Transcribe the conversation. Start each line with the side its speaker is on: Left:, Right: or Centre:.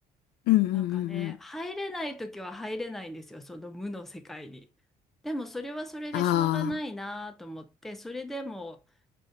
Left: うんうんうんうん。
Centre: なんかね、入れない時は入れないんですよ、その無の世界に。でもそれはそれでしょうがないなと思って、
Left: ああ。
Centre: それでも